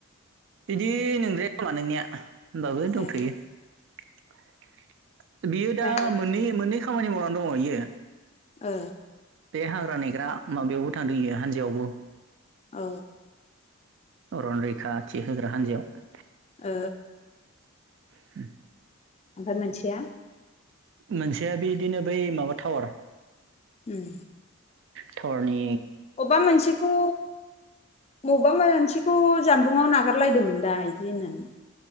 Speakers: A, on the right; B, on the left.
A: बिदि नोंद्राया नामा नोंनाया। होनोमबाबो दंथ'यो
B: ए
A: बियो
B: बाहेराव
A: दा
B: थां
A: मोननै-मोननै। खामानि मावना दङ इयो।
B: ओ
A: बे हाग्रा नेग्रा माबायावबो थांदोयो हानजायावबो।
B: औ
A: अरनरैखाथि होग्रा हान्जायाव
B: ओ
A: <inaudible>
B: ओमफ्राय मोनसेया?
A: मोनसेया बिदिनो बै माबा टावार।
B: उम
A: धावारनि
B: अबेबा मोनसेखौ बबबा मोनसे- खौ जामबुंआव नागारलायदोंमोन दा इदि होननानै।